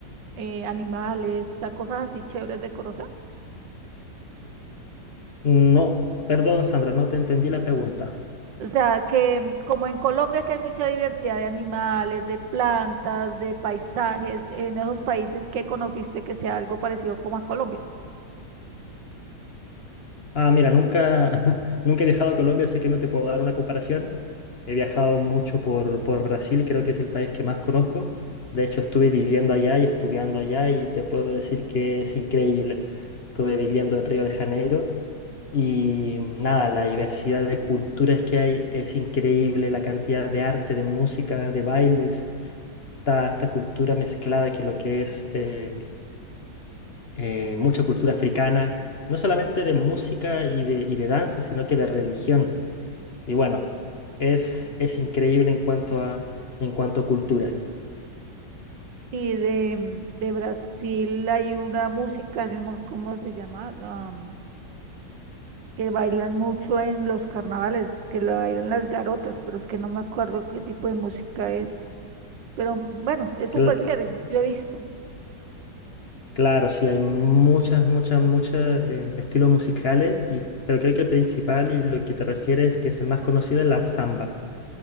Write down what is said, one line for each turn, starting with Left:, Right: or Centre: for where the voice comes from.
Right: eh, animales, o sea, cosas así chéveres de conocer.
Left: No, perdón, Sandra, no te entendí la pregunta.
Right: O sea, que mm, como en Colombia que hay mucha diversidad de animales, de plantas, de paisajes, en esos países, ¿qué conociste que sea algo parecido como a Colombia?
Left: Ah, mira, nunca, <laughs> nunca he viajado a Colombia, así que no te puedo dar una comparación. He viajado mucho por, por Brasil, creo que es el país que más conozco. De hecho, estuve viviendo allá y estudiando allá y te puedo decir que es increíble. Estuve viviendo en Río de Janeiro y nada, la diversidad de culturas que hay es increíble, la cantidad de arte, de música, de bailes, está esta cultura mezclada que lo que es eh, eh, mucha cultura africana, no solamente de música y de, y de danza, sino que de religión. Y bueno, es, es increíble en cuanto a, en cuanto a cultura.
Right: Y de, mm, de Brasil hay una música, yo no me acuerdo cómo se llama, ah, que bailan mucho en los carnavales, que la bailan las garotas, pero es que no me acuerdo qué tipo de música es. Pero bueno, es
Left: Cl-
Right: súper Yo- chévere, yo he visto.
Left: claro, sí, hay muchas, muchas, muchos estilos musicales, y, pero creo que el principal y lo que te refieres, que es el más conocido, es la samba.